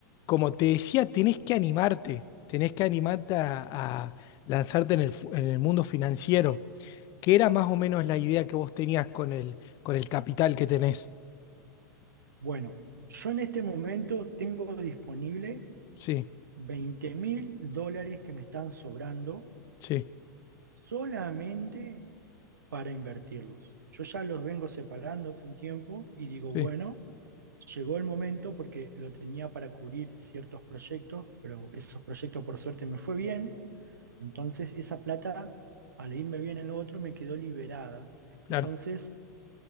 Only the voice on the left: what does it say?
como te decía, tenés que animarte, tenés que animarte a, a lanzarte en el, fu- en el mundo financiero, que era más o menos la idea que vos tenías con el, con el capital que tenés.
Sí,
sí,
sí,
claro.